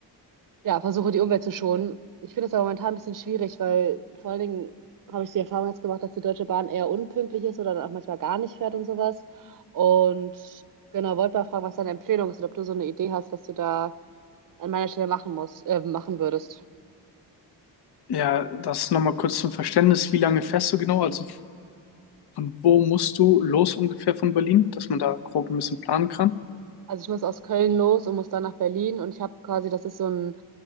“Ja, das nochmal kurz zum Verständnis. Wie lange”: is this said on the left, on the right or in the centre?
Left